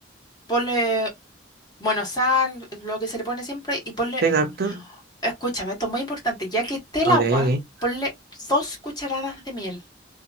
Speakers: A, on the left; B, on the right.
A: ponle, bueno, sal, lo que se le pone siempre, y ponle,
B: Te gasto.
A: escúchame, esto es muy importante, ya que esté
B: Ok,
A: el agua,
B: ok.
A: ponle dos cucharadas de miel,